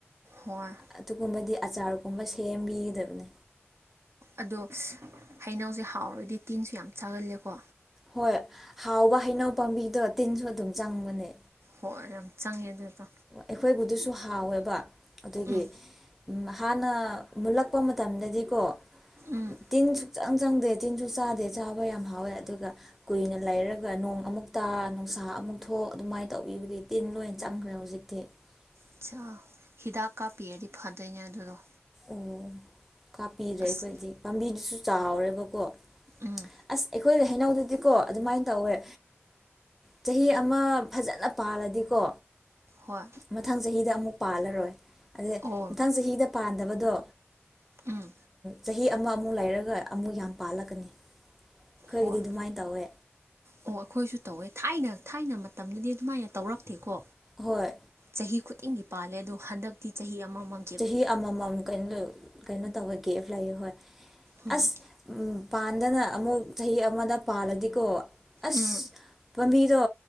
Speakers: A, on the right (about 75°); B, in the centre.
A: ꯍꯣꯏ
B: ꯑꯗꯨꯒꯨꯝꯕꯗꯤ ꯑꯆꯥꯔ ꯒꯨꯝꯕ ꯁꯦꯝꯕꯤꯒꯗꯕꯅꯤ
A: ꯑꯗꯣ ꯍꯩꯅꯧꯁꯦ ꯍꯥꯎꯔꯗꯤ ꯇꯤꯟꯁꯨ ꯌꯥꯝ ꯆꯥꯒꯜꯂꯦꯀꯣ
B: ꯍꯣꯏ ꯍꯥꯎꯕ ꯍꯩꯅꯧ ꯄꯥꯝꯕꯤꯗꯣ ꯇꯤꯟꯁꯨ ꯑꯗꯨꯝ ꯆꯪꯕꯅꯦ
A: ꯍꯣꯏ ꯌꯥꯝ ꯆꯪꯉꯦ ꯑꯗꯨꯗꯣ
B: ꯑꯩꯈꯣꯏꯕꯨꯗꯨꯁꯨ ꯍꯥꯎꯋꯦꯕ ꯑꯗꯨꯗꯒꯤ
A: ꯎꯝ
B: ꯍꯥꯟꯅ ꯃꯨꯠꯂꯛꯄ ꯃꯇꯝꯗꯗꯤꯀꯣ
A: ꯎꯝ
B: ꯇꯤꯟꯁꯨ ꯆꯪ ꯆꯪꯗꯦ ꯇꯤꯟꯁꯨ ꯆꯥꯗꯦ ꯆꯥꯕ ꯌꯥꯝ ꯍꯥꯎꯋꯦ ꯑꯗꯨꯒ ꯀꯨꯏꯅ ꯂꯩꯔꯒ ꯅꯣꯡ ꯑꯃꯨꯛꯇ ꯅꯨꯡꯁꯥ ꯑꯃꯨꯛ ꯊꯣꯛ ꯑꯗꯨꯃꯥꯏꯅ ꯇꯧꯕꯤꯕꯗꯤ ꯇꯤꯟ ꯂꯣꯏꯅ ꯆꯪꯈ꯭ꯔꯦ ꯍꯧꯖꯤꯛꯤ <unintelligible>
A: ꯑꯆꯥ ꯍꯤꯗꯥꯛ ꯀꯥꯞꯄꯤꯔꯗꯤ ꯐꯥꯗꯣꯏꯅꯦ ꯑꯗꯨꯗꯣ
B: ꯎ ꯀꯥꯞꯄꯤꯗ꯭ꯔꯦ
A: ꯑꯁ
B: ꯑꯩꯈꯣꯏꯗꯤ ꯄꯥꯝꯕꯤꯗꯨꯁꯨ ꯆꯥꯎꯔꯦꯕꯀꯣ
A: ꯎꯝ
B: ꯑꯁ ꯑꯩꯈꯣꯏꯗꯤ ꯍꯩꯅꯧꯗꯗꯤꯀꯣ ꯑꯗꯨꯃꯥꯏꯅ ꯇꯧꯋꯦ ꯆꯍꯤ ꯑꯃ ꯐꯖꯅ ꯄꯥꯜꯂꯗꯤꯀꯣ
A: ꯍꯣꯏ
B: ꯃꯊꯪ ꯆꯍꯤꯗ ꯑꯃꯨꯛ ꯄꯥꯜꯂꯔꯣꯏ ꯑꯗꯩ
A: ꯑꯣ
B: ꯃꯊꯪ ꯆꯍꯤꯗ ꯄꯥꯟꯗꯕꯗꯣ
A: ꯎꯝ
B: ꯆꯍꯤ ꯑꯃ ꯑꯃꯨꯛ ꯂꯩꯔꯒ ꯑꯃꯨꯛ ꯌꯥꯝ ꯄꯥꯜꯂꯛꯀꯅꯤ ꯈꯔꯒꯤꯗꯤ
A: ꯍꯣꯏ
B: ꯑꯗꯨꯃꯥꯏꯅ ꯇꯧꯋꯦ
A: ꯑꯣ ꯑꯩꯈꯣꯏꯁꯨ ꯇꯧꯋꯦ ꯊꯥꯏꯅ ꯊꯥꯏꯅ ꯃꯇꯝꯗꯗꯤ ꯑꯗꯨꯃꯥꯏꯅ ꯇꯧꯔꯛꯇꯦꯀꯣ
B: ꯍꯣꯏ
A: ꯆꯍꯤ ꯈꯨꯗꯤꯡꯒꯤ ꯄꯥꯜꯂꯦ ꯑꯗꯣ ꯍꯟꯗꯛꯇꯤ ꯆꯍꯤ ꯑꯃꯃꯝ
B: ꯆꯍꯤ ꯑꯃꯃꯝ ꯀꯩꯅꯣ ꯀꯩꯅꯣ ꯇꯧꯕ ꯒꯦꯞ ꯂꯩꯌꯦ ꯍꯣꯏ
A: ꯎꯝ
B: ꯑꯁ ꯄꯥꯟꯗꯅ ꯑꯃꯨꯛ ꯆꯍꯤ ꯑꯃꯗ ꯄꯥꯜꯂꯗꯤꯀꯣ ꯑꯁ
A: ꯎꯝ
B: ꯄꯥꯝꯕꯤꯗꯣ